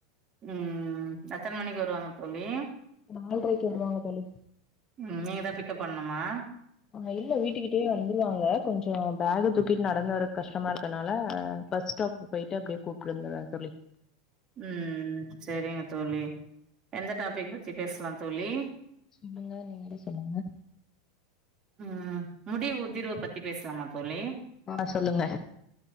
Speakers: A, on the right (about 35°); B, on the left (about 30°).
A: ம் எத்தன மணிக்கு வருவாங்க தோழி
B: நால்ரைக்கு வருவாங்க தோழி
A: ம் நீங்க தான் பிக்கப் பண்ணுமா
B: ஆஹ் இல்ல வீட்டுக்கிட்டயே வந்துருவாங்க கொஞ்ஜோ பேக தூக்கிட்டு நடந்து வர கஷ்டமா இருக்கனால பஸ் ஸ்டாப்கு பொயிட்டு அப்டியே கூப்ட்டு வந்துரு தோழி
A: உம் செரிங்க தோழி எந்த டாபிக் பத்தி பேஸ்லா தோழி
B: சொல்லுங்க நீங்களே சொல்லுங்க
A: ம் முடி உதிர்வ பத்தி பேசலாமா தோழி
B: ஆ சொல்லுங்க